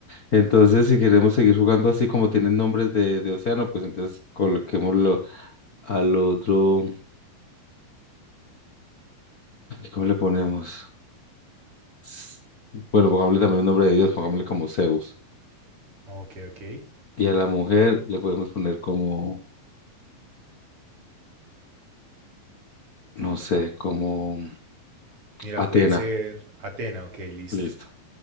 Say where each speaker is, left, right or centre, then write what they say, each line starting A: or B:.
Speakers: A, on the left (about 75°); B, on the right (about 40°).
A: Entonces, si queremos seguir jugando así como tienen nombres de, de océano, pues entonces coloquémoslo al otro. ¿Cómo le ponemos? S- Bueno, pongámosle también un nombre de Dios, pongámosle como Zeus.
B: ok, ok.
A: Y a la mujer le podemos poner como, no sé, como...
B: Mira,
A: Atena,
B: puede ser Atena, ok, listo.
A: listo.